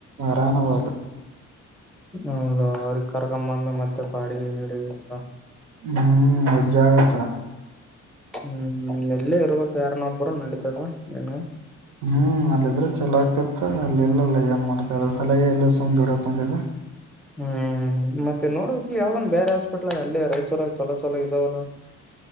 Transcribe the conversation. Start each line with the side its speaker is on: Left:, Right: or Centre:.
Right: ರಾಣವಲಿ
Centre: ಹೌದ ಅವ್ರಿಗೆ ಕರ್ಕಂಬಂದ ಮತ್ತೆ ಬಾಡಿಗೆ ಗಿಡಲ್ಲ
Right: ಹ್ಮ್ ಮಜ್ಜಾಗತ್ತ
Centre: ಹ್ಮ್ ಎೆಲ್ಲೇ ಇರುವ ಕಾರಣೊಬ್ಬರು ನಡೀತದ ನನ್
Right: ಹ್ಮ್ ಅಲ್ಲಿದ್ರೆ ಚಲೋ ಆಗ್ತಿರ್ತ ಅಲ್ಲಿ ಇಲ್ಲಲ್ಲ ಏನ್ ಮಾಡ್ತಾರ ಸಲ ಎಲ್ಲ ಸುಂದ್ಡ ಹದಾ
Centre: ಹ್ಮ್ ಮತ್ತೆ ನೋಡ್ಬೇಕಕ್ ಯಾವ್ದಂದ್ ಬೇರೆ ಹಾಸ್ಪಿಟ್ಲ್ ಆಗ ಅಲ್ಲೇ ರೈ ಚೋಲ ಚಲ ಚಲೋ ಅಲ